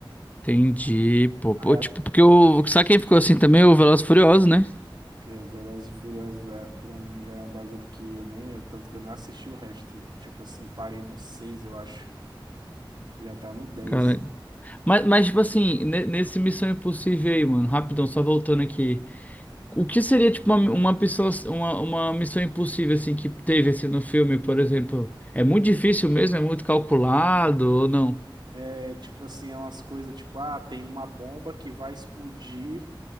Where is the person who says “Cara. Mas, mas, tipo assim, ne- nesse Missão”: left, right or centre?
Left